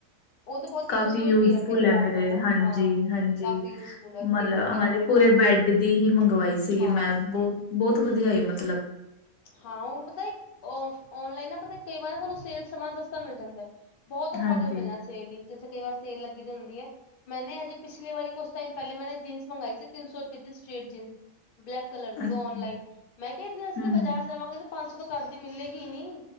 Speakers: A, on the left; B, on the left.
A: ਉਹ ਤਾਂ ਬਹੁਤ
B: ਕਾਫ਼ੀ
A: ਯੂਜਫੁਲ
B: ਯੂਜ਼ਫੁਲ
A: ਵੀ ਹਿਸਾਬ
B: ਹੈ ਮੇਰੇ,
A: ਨਾਲ ਨਾ
B: ਹਾਂਜੀ-ਹਾਂਜੀ,
A: ਹਾਂ ਕਾਫੀ ਯੂਜਫੁਲ ਹੈ
B: ਮਤਲਬ
A: ਬੇਬੀ ਵਗੈਰਾ
B: ਹਾਂਜੀ
A: ਹੋਏ
B: ਪੂਰੇ
A: ਤਾਂ
B: ਬੈਡ ਦੀ ਹੀ ਮੰਗਵਾਈ ਸੀਗੀ
A: ਹਾਂ
B: ''ਮੈਂ ਬੋ, ਬੋਤ ਵਧੀਆ ਆਈ ਮਤਲਬ।
A: ਹਾਂ, ਓ ਪਤਾ, ਔਫ, ਔਨਲਾਈਨ ਨਾ ਪਤਾ ਕਈ ਵਾਰ ਸਾਨੂੰ ਸੇਲ ਸਮਾਨ ਸਸਤਾ ਮਿਲ ਜਾਂਦਾ, ਬਹੁਤ ਅਫੋਰਡੇਬਲ
B: ਹਾਂਜੀ
A: ਮਿਲਣਾ ਸੇ ਵੀ। ਜਿੱਥੇ ਕਈ ਵਾਰ ਸੇਲ ਲੱਗੀ ਦੀ ਹੁੰਦੀ ਐ। ਮੈਂਨੇ ਅਜੇ ਪਿਛਲੀ ਵਰੀ ਕੁੱਛ ਟਾਈਮ ਪਹਿਲੇ ਮੈਂਨੇ ਜੀਨਸ ਮੰਗਾਈ ਸੀ, ਤਿੰਨ-ਸੌ ਰੁਪਏ ਦੀ ਸਟਰੇਟ ਜੀੰਨਸ। ਬਲੈਕ ਕਲਰ ਦੀ
B: ਅੱਛਾ
A: ਔਨਲਾਈਨ, ਮੈਂ ਕਿਹਾ, ' <unintelligible> ਅਸੀਂ
B: ਹਮ
A: ਤੇ ਬਾਜ਼ਾਰ ਜਾਵਾਂਗੇ ਤੇ ਪੰਜ-ਸੌ ਤੋਂ ਘੱਟ ਦੀ ਮਿਲੇਗੀ ਨੀ।